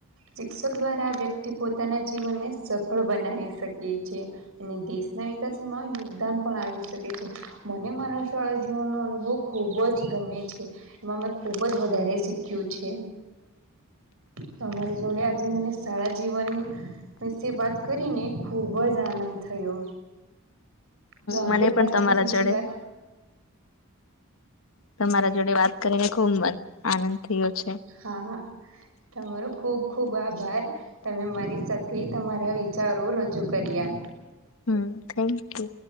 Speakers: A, on the right; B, on the left.
A: શિક્ષક દ્વારા આ વ્યક્તિ પોતાના જીવનને સફળ બનાવી શકી છે. અને દેશના વિકાસમાં યોગદાન પણ આવી શકે છે, મને મારા શાળા જીવનનો અનુભવ ખૂબ જ ગમે છે, એમાં મેં ખૂબ જ વધારે શીખ્યું છે. તમારી જોડે આજે મને સારા જીવન વિશે વાત કરીને ખૂબ જ આનંદ થયો. તો આપડે
B: મને પણ
A: પાછા
B: તમારા
A: બીજી
B: જોડે
A: વાર
B: તમારા જોડે વાત કરીને ખુબ મન આનંદ થયો છે.
A: હા તમારો ખુબ ખુબ આભાર. તમે મારી સાથે તમારા વિચારો રજૂ કર્યા.
B: હમ્મ થેન્ક યુ.